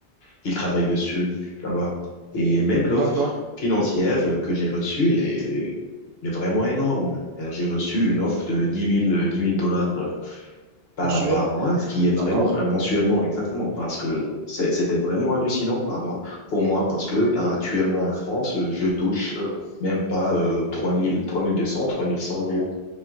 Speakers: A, on the left; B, on the right.
A: qu'ils travaillent dessus là-bas. Et même l'offre
B: d'accord.
A: financière euh, que j'ai reçue, elle est, elle est vraiment énorme. Euh, J'ai reçu une offre de dix mille euh, 10 000 dollars euh, par,
B: Mensuel?
A: par mois, ce qui est
B: D'accord.
A: vraiment un mensuellement, exactement, parce que c'est- c'était vraiment hallucinant par mois, pour moi, parce que là, actuellement en France, euh, je touche euh, même pas euh, 3000, 3200, 3100 euros.